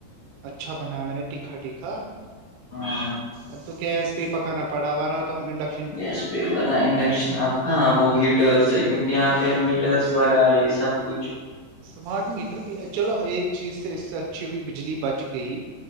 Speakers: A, on the right (about 85°); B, on the left (about 55°).
A: اچھا بنایا میں نے تکھا تھا
B: ہاں
A: اب تو گیس بھی پکانا پڑا ورنہ تو ہم انڈک
B: گیس پہ ا کرنا انڈکشن اب ہاں وہ ہیٹرس ہے کیونکہ یہاں پہ اب میٹرس لگا ہے سب کچھ
A: اسمارٹ میٹر بھی چلو ایک چیز سے اس سے اچھی ہوئی بجلی بچ گئی